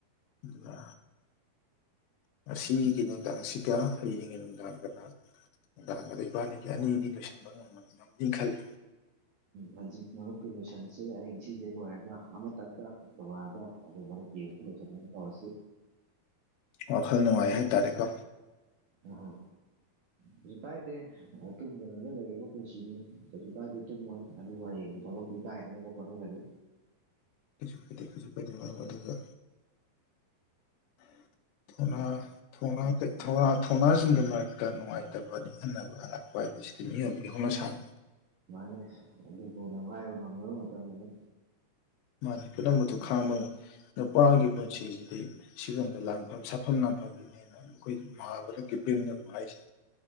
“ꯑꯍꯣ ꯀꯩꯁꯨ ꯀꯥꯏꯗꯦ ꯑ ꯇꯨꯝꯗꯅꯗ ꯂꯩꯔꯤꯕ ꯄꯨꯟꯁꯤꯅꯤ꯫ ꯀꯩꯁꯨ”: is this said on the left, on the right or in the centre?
Right